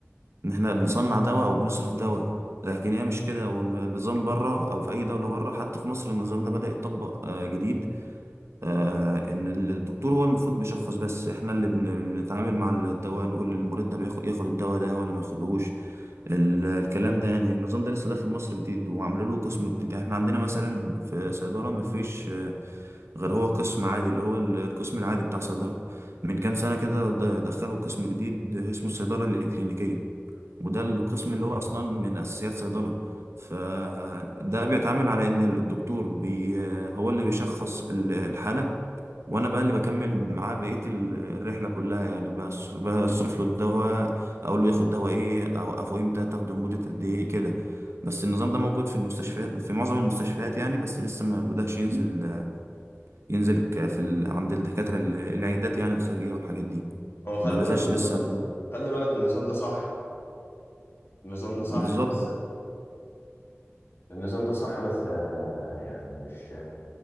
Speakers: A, on the right; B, on the left.
A: ان احنا بنصنع دواء او بنصرف دواء لكن هي مش كده والنظام بره او في اي دولة بره حتى في مصر النظام ده بدأ يتطبق آه، جديد آه، ان الدكتور هو المفروض بيشخص بس احنا اللي بن- بنتعامل مع الدواء نقول للمريض ده بياخد ياخد الدواء ده ولا ما ياخدهوش ال- الكلام ده يعني النظام ده لسه داخل مصر جديد وعملوا له قسم جديد يعني احنا عندنا مثلا في صيدلة ما فيش آه، غير هو قسم عادي اللي هو ال- القسم العادي بتاع صيدلة من كام سنة كده د- دخلوا قسم جديد اسمه الصيدلة الإكلينيكية وده القسم اللي هو أصلا من أساسيات صيدلة فده بيتعامل على إن الدكتور بي آه، هو اللي بيشخص ال- الحالة وانا بقى اللي بكمل معاه بقيه ال- الرحله كلها يعني بص- بصرف له الدواء اقول له ياخد دواء ايه اوقفه امتى تاخده لمده قد ايه كده بس النظام ده موجود في المستشفيات في معظم المستشفيات يعني بس لسه ما بدأش ينزل ينزل ك- في ال... عند الدكاتره ال- العيادات يعني الخارجيه والحاجات دي
B: هو خلي
A: ما نزلش
B: بالك النظام
A: لسه
B: ده خلي بالك النظام ده صح النظام
A: بالظبط
B: ده صح بس النظام ده صح بس آه، يعني مش